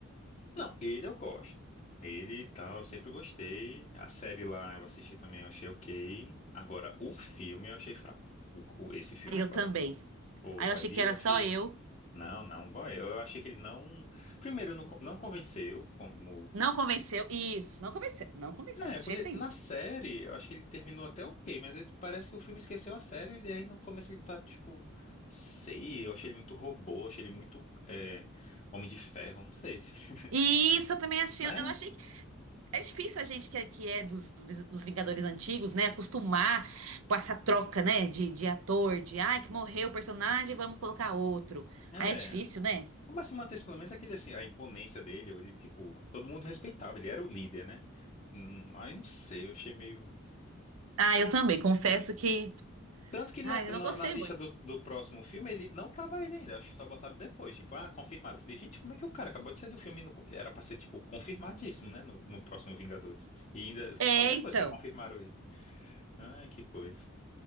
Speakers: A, on the left; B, on the right.
A: Não, ele eu gosto. Ele e tal, eu sempre gostei. A série lá eu assisti também, eu achei ok. Agora, o filme eu achei fraco. O, o- esse filme
B: Aí
A: agora.
B: eu também.
A: Pô,
B: Aí eu
A: ali
B: achei que era
A: eu achei.
B: só eu.
A: Não, não. Bom, eu, eu achei que ele não. Primeiro, não, con- não convenceu como.
B: Não convenceu. Isso, não convenceu, não convenceu,
A: É,
B: de
A: porque
B: jeito nenhum.
A: na série, eu acho que ele terminou até ok, mas ele- parece que o filme esqueceu a série, ele aí no começo ele tá tipo. Sei, eu achei ele muito robô, achei ele muito é, Homem de Ferro, não sei. <laughs>
B: E isso eu também achei,
A: Né?
B: eu não achei É difícil a gente que é, que é dos, dos Vingadores antigos, né, acostumar com essa troca, né, de, de ator, de, ai, que morreu o personagem, vamos colocar outro.
A: É.
B: Aí é difícil, né?
A: Mas se mantesse pelo menos é aquele assim, a imponência dele, ele tipo. Todo mundo respeitava, ele era o líder, né? Hum, Aí não sei, eu achei meio.
B: Ah, eu também, confesso que,
A: Tanto que
B: ai,
A: na,
B: eu
A: na,
B: não gostei
A: na lista
B: muito.
A: do, do próximo filme ele não tava ele ainda, acho que só botaram depois, tipo, ah, confirmado. Eu falei, gente, como é que o cara acabou de sair do filme? e não co- Era pra ser, tipo, confirmadíssimo, né, no, no próximo Vingadores. E ainda,
B: É,
A: só depois
B: então.
A: que confirmaram ele. Ai, que coisa.